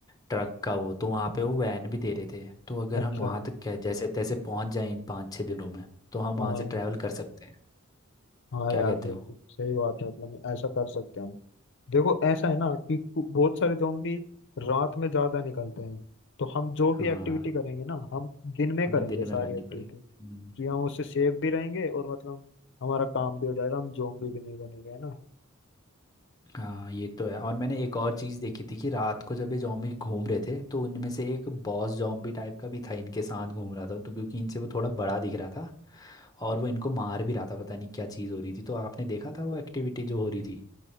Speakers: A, on the left; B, on the left.
A: ट्रक का वो तो वहाँ पे वो वैन भी दे रहे थे तो अगर
B: अच्छा
A: हम वहाँ तक कै- जैसे तैसे पहुँच जाए इन पाँच छः दिनों में तो हम
B: हाँ
A: वहाँ से ट्रैवल कर सकते हैं
B: हाँ
A: क्या
B: यार
A: कहते
B: बिल्कुल
A: हो
B: सही बात है मतलब ऐसा कर सकते हैं हम देखो ऐसा है ना कि कु- बहुत सारे जोम्बी रात में ज्यादा निकलते हैं तो हम जो
A: हाँ
B: भी एक्टिविटी करेंगे ना हम दिन में
A: हमें
B: करेंगे
A: दिन
B: सारी
A: में करनी
B: एक्टिविटी
A: पड़ी हम्म,
B: कि हम उससे सेफ भी रहेंगे और मतलब हमारा काम भी हो जाएगा हम जोम्बी भी नहीं बनेंगे है ना
A: हाँ ये तो है और मैंने एक और चीज़ देखी थी कि रात को जब ये जॉम्बी घूम रहे थे तो उनमें से एक बॉस जॉम्बी टाइप का भी था इनके साथ घूम रहा था तो क्योंकि इनसे वो थोड़ा बड़ा दिख रहा था और वो इनको मार भी रहा था पता नहीं क्या चीज़ हो रही थी तो आपने देखा था वो एक्टिविटी जो हो रही थी